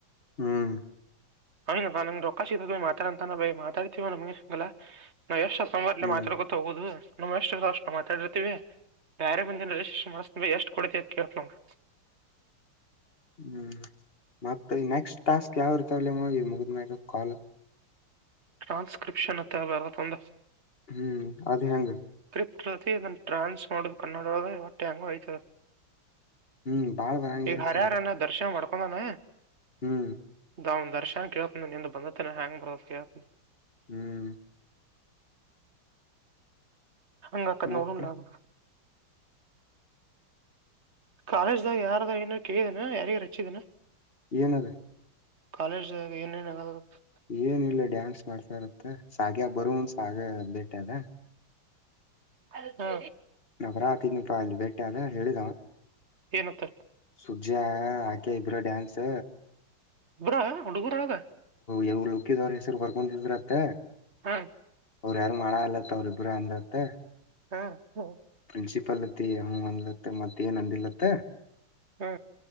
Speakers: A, on the left; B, on the right.
A: ಹ್ಮ್ <inaudible>
B: ಅಂಗ್ ಬಾ ನನ್ನ ರೊಕ್ಕಾ ಸಿಗ್ತಾದ ಮಾತಾಡು ಅಂತಾನಲ್ಲ ಮಾತಾಡ್ತೀವಿ ಅಂದ್ರ ಉಮ್ನೆಸ್ ಅಲಾ ನಾವು ಎಷ್ಟು ಸಂಘಟನೆ
A: ಹ್ಮ್
B: ಮಾತಾಡ್ಕೊ ಹೋಗೋುದು ನಾವ್ ಎಷ್ಟು ಅಷ್ಟು ಮಾತಾಡಿ ಇರ್ತೀವಿ ಬ್ಯಾರೆ ಬಂದಿಲ್ಲ ಇವೀಶ್ ಎಷ್ಟರಗ ಕೊಡ್ತಿ ಅಂತ ಕೇಳ್ತೀನಿ ಅವಾಗ
A: <unintelligible> ಹ್ಮ್ ಮತ್ತ ನೆಕ್ಸ್ಟ್ ಟಾಸ್ಕ್ ಯಾವು ಇರ್ತಾವುಲೇ ಇವು ಮುಗಿದ ಮ್ಯಾಗ ಕಾಲ್
B: ಟ್ರಾಸ್ಕ್ರಿಪ್ಷನ್ ಅಂತ ಅದ ಅದು ತಂದರ
A: ಹ್ಮ್ ಅದ ಹೆಂಗ
B: ಇದನ್ನು ಟ್ರಾನ್ಸ್ ಮಾಡೋದು ಕನ್ನಡ ಒಟ್ಟ ಹೆಂಗ ಐತಿ ಅದು
A: ಹ್ಮ್ ಬಾಳ್ ಬರಂಗಿಲ್ಲತ್ಲ
B: ಈ ಹರಹಾರನ
A: ಅದು
B: ದರ್ಶನ ಮಾಡ್ಕೊಂಡನ
A: ಹ್ಮ್
B: ಅವನ ದರ್ಶನ್ ಕೇಳ್ತ ನಿಂದು ಬಂದೇತನ ಹೆಂಗ್ ಬ್ರೋ ಅಂತ ಕೇಳ್ತೀನಿ
A: ಹ್ಮ್
B: ಹೆಂಗ್ ಆಕ್ಕಿತಿ
A: ಮತ್ತ
B: ನೋಡುನ್ಲ ಅದು ಕಾಲೇಜ್ದಾಗ ಯಾರ ಏನಾರ ಕೇಳಿದೀನ ಯಾರಿಗಾರ ಅಚ್ಚಿದೆನ್
A: ಏನದ
B: ಕಾಲೇಜ್ ದು ಏನೇನು ಎಲ್ಲಾ ಗೊತ್ತಾದ
A: ಏನಿಲ್ಲ ಡ್ಯಾನ್ಸ್ ಮಾಡ್ತಾ ಇರುತ್ತೆ ಸಾಗ್ಯ ಬರುವನ್ ಸಾಗೆ ಬೇಟೆ ಅದ
B: ಹಾ
A: ನಾ ಬರತ್ತಿದ್ನೇ ಪಾ ಅಲ್ಲಿ ಭೇಟೆ ಆದ ಹೇಳಿದಾವ
B: ಏನತ್ತ
A: ಪಜ್ಯ ಆಕಿ ಇಬ್ರು ಡಾನ್ಸ್
B: ಬ್ರೋ ಹುಡುಗುರು ಅದ
A: ಯಾವ್ ಲುಕ್ಕಿಗ ಅವ್ರ ಹೆಸರು ಬರ್ಕೊತಿದ್ರಂತ
B: ಹಾ
A: ಅವ್ರ ಯಾರು ಮಾಡಲ್ಲಾ ಅತ್ತ ಅವ್ರ ಇಬ್ಬರು ಅಂದ್ರತ್ತ
B: ಹಾ ಹ
A: ನ್ಸಿಪಲ್ತಿ ಹ ಅಂದ್ಲತ್ತ ಮತ್ತ ಏನ್ ಅಂದಲತ್ತ
B: ಹ್ಮ